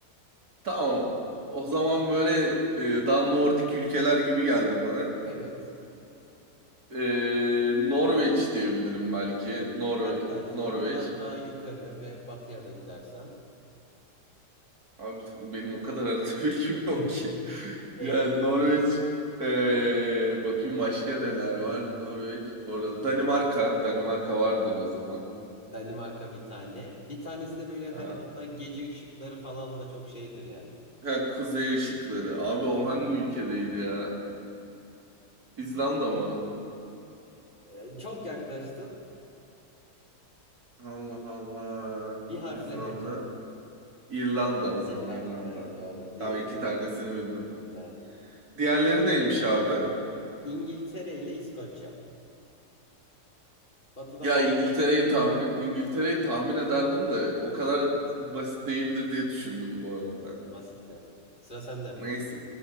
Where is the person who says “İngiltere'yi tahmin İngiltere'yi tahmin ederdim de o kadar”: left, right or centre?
Right